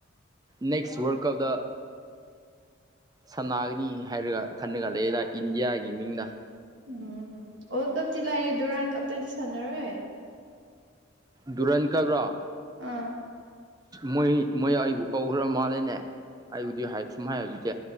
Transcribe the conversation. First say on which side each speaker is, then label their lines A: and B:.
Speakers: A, on the right; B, on the right.
A: ꯅꯦꯛꯦꯛꯁ ꯋꯥꯔꯜꯗ ꯀꯞꯗ ꯁꯅꯥꯒꯅꯤ ꯍꯥꯏꯔꯒ ꯈꯟꯅꯒ ꯂꯩꯗ ꯏꯟꯗꯤꯌꯥꯒꯤ ꯃꯤꯡꯗ
B: ꯎꯝ ꯋꯥꯔꯜ ꯀꯞꯗꯤ ꯂꯥꯏꯔꯤꯦ ꯗꯗꯨ ꯔꯥꯎꯟ ꯀꯞꯇꯗꯤ ꯁꯥꯟꯅꯔꯣꯏ
A: ꯗꯨꯨꯔꯟ ꯀꯕ꯭ꯔꯣ
B: ꯑꯥ
A: ꯃꯣꯏ ꯃꯣꯏ ꯑꯩꯕꯨ ꯀꯧꯈ꯭ꯔ ꯃꯥꯜꯂꯦꯅꯦ ꯑꯩꯕꯨꯗꯤ ꯁꯨꯝ ꯍꯥꯏ ꯍꯥꯏꯕꯤꯒꯦ